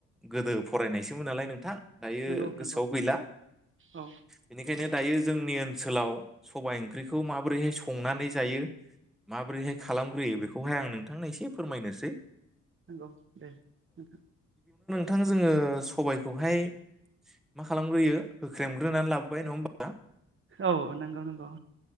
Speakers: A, in the centre; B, on the right.
A: गोदो फरायनायसोमोन नालाय नोंथां दायो
B: नंगौ
A: गोसोआव
B: नंगौ
A: गैला
B: औ
A: बेनिखायनो दायो जोंनि ओनसोलाव सबायाइ ओंख्रिखौ माबोरैहाय संनानै जायो माबोरैहाय खालामग्रोयो बेखौहाय आं नोंथांनो एसे फोरमायनोसै।
B: नंगौ दे नोंथां।
A: थांनो जोंङो सबायखौहाय मा खालामग्रोयो होख्रेमग्रोनानै लाबोबाय नङा होमबा। <inaudible>
B: औ नंगौ नंगौ